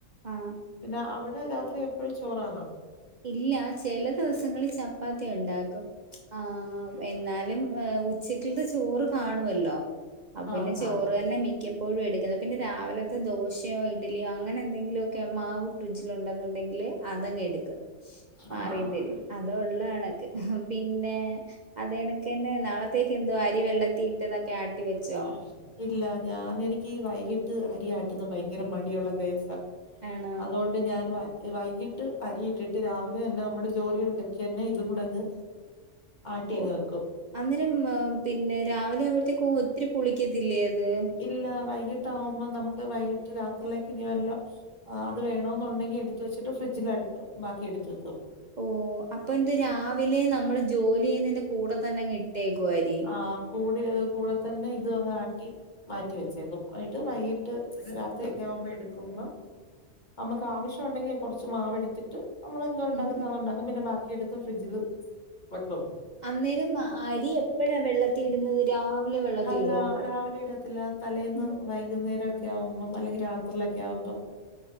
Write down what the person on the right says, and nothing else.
ആഹ്
ഇല്ല ചെല ദിവസങ്ങളി ചപ്പാത്തി ഒണ്ടാക്കും ആഹ് ആഹ് എന്നാലും ഏഹ് ഉച്ചക്കൽത്തെ ചോറ് കാണുവല്ലോ അപ്പ
പിന്നെ
ചോറ് തന്നെ മിക്കപ്പ് പ്പോഴുവെടുക്കുന്നത് പിന്നെ രാവിലത്തെ ദോശയോ ഇഡ്ഡലിയോ അങ്ങനെ എന്തെങ്കിലൊക്കെ മാവ് ഫ്രിഡ്ജിൽ ഒണ്ടെന്നുണ്ടെങ്കില് അതങ്ങ് എട്ക്കും മാറിയും
തിരിഞ്ഞ് അത് ഒള്ള കണക്ക് പിന്നെ അത് കണക്കെന്നെ നാളത്തേക്ക് എന്തുവാ അരി വെള്ളത്തി ഇട്ടതൊക്കെ ആട്ടി വെച്ചോ
ആണോ
ഓ
അന്നേരം ഏം പിന്നെ രാവിലെ ആവ്മ്പഴ്ത്തേക്കും ഒത്തിരി പൊളിക്കത്തില്ലേ അത്
ഓ അപ്പൊ എന്ത് രാവിലെ നമ്മള് ജോലി ചെയ്യുന്നതിന്റെ കൂടെ തന്നെ അങ്ങ് ഇട്ടേക്കുവോ അരി?
ഉം ഉം
അന്നേരം മ അരി എപ്പഴാ വെള്ളത്തി ഇടുന്നത് രാവിലെ വെള്ളത്തി
ഇടുവോ
ഉം